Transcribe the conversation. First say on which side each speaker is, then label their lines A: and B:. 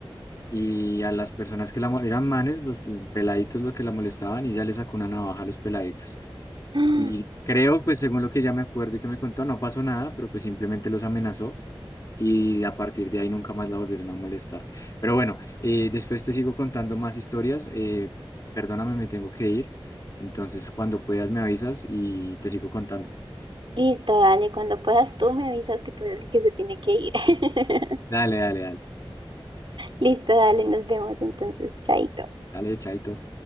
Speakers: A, on the left; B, on the right.
A: y a las personas que la mo- eran manes, los peladitos, lo que la molestaban, y ella le sacó una navaja a los peladitos.
B: <gasps>
A: Y creo, pues según lo que ya me acuerdo y que me contó, no pasó nada, pero pues simplemente los amenazó y a partir de ahí nunca más la volvieron a molestar. Pero bueno, eh, después te sigo contando más historias. eh, perdóname, me tengo que ir. Entonces, cuando puedas me avisas y te sigo contando.
B: Listo, dale. Cuando puedas tú me avisas que tú eres el que se tiene que ir. <laughs>
A: Dale, dale, dale.
B: Listo, dale. Nos vemos entonces. Chaito.
A: Dale, chaito.